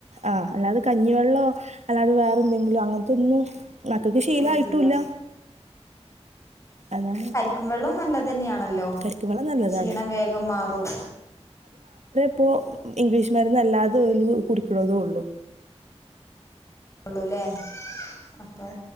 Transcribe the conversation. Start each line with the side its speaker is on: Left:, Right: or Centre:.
Right: ആഹ് അല്ലാതെ കഞ്ഞിവെ ള്ളോ അല്ലാതെ വേറെന്തെങ്കിലും അങ്ങനത്തെൊന്നും മക്കൾക്ക് ശീലമായിട്ടുംല്ല
Left: കുടിക്കില്ല
Right: അതാണ്
Left: ക്കും വെള്ളവും നല്ലതെന്നെയാണല്ലോ
Right: കരിക്ക് വെള്ളം നല്ലതാണ്
Left: ക്ഷീണം വേഗം മാറും
Right: ഇപ്പോ ഇംഗ്ലീഷ് മരുന്ന് അല്ലാതെ ഓല് കുടി ക്കണതൊള്ളൂ
Left: ഉള്ളൂല്ലേ അപ്പൊ